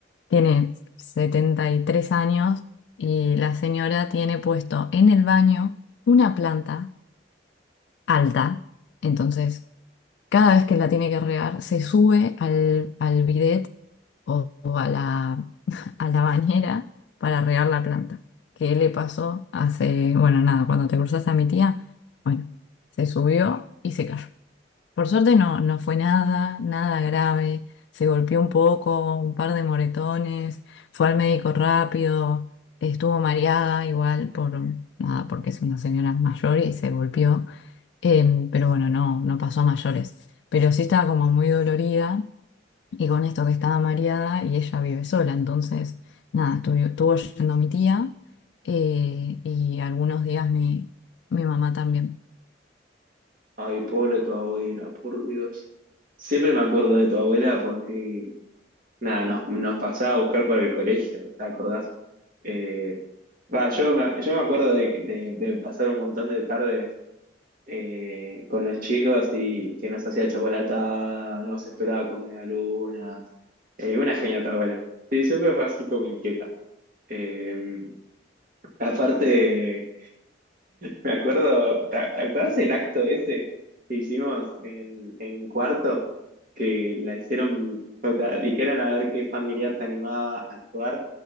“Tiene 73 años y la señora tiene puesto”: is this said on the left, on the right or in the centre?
Left